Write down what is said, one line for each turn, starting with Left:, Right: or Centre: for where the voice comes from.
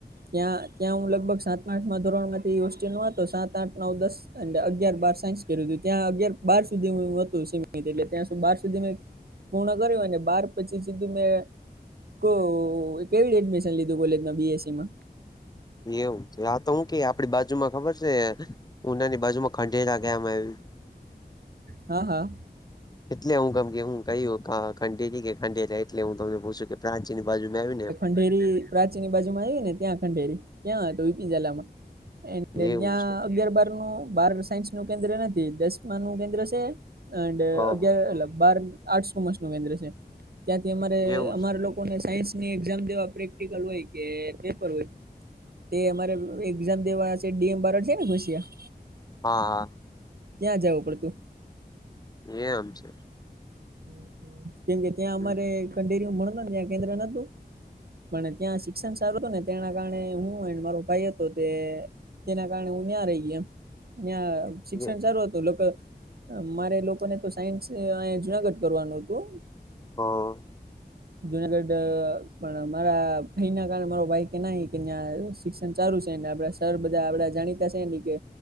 Right: ત્યાં ત્યાં હું લગભગ સાતમા આઠમાં ધોરણમાંથી હોસ્ટેલમા હતો સાત, આઠ, નવ, દસ અને અગિયાર, બાર સાયન્સ કર્યું હતું ત્યાં અગયાર-બાર સુધી હું હતો સીમિત એટલે ત્યાં સુ બાર સુધી મે પૂર્ણ કર્યું અને બાર પછી સીધું મેં કો કેવી એડમિશન લીધું કોલેજમાં બીએસસીમાં.
Left: એવું છે આ તો હું કે આપણી બાજુમાં ખબર છે ઉનાની બાજુમાં ખંડેલા ગામ આવ્યુ?
Right: હા, હા.
Left: એટલે હું કામ <unintelligible> કયું ગા ખંડેરી કે ખંઢેરા એટલે હું તમને પૂછ કે પ્રાચીની બાજુમાં આવ્યું ને એમ.
Right: બેરી પ્રાચી ની બાજુ માં આયુ ને ત્યાં ખંઢેરી ત્યાં હતો વી પી ઝાલામાં. એ ને
Left: એવું
Right: ન્યાં
Left: છે
Right: અગિયાર-બારનું, બાર સાયન્સનું કેન્દ્ર નથી. દસમાનું કેન્દ્ર શે એન્ડ
Left: હ
Right: અગયાર એલા બાર આર્ટ-કોમર્સનું કેન્દ્ર છે ત્યાંથી અમારે
Left: એવું
Right: અમાર
Left: છે
Right: લોક ઓને સાયન્સની એક્ઝામ દેવા પ્રેક્ટિકલ હોય કે પેપર હોય તે અમારે એક્ઝામ દેવા છેક ડીએમ બારડ છે ને કસ્યા
Left: હા, હા.
Right: ત્યાં જાવું પડતું.
Left: એય આમ છે.
Right: કેમ કે ત્યાં
Left: હમ
Right: અમારે ખંડેરીમાં ભણતાને ત્યાં કેન્દ્ર નતું પણ ત્યાં શિ ક્ષણ સારું હતું ને તેના કારણે હું એન્ડ મારો ભાઈ હતો તે તેના કારણે હું ન્યાં રહી ગયો એમ ન્યાં શિક્ષણ
Left: હ હ
Right: સારું હતું લોકો, મારે લોકોને તો સાયન્સ અય જુનાગઢ કરવાનું હતું.
Left: હ
Right: જુનાગઢ પણ મારા ભાઈ ના કારણે મારો ભાઈ કે ના ન્યાં સ શિક્ષણ ચારુ છે ને આપડા સર બધા આપડા જાણીતા છે ની કે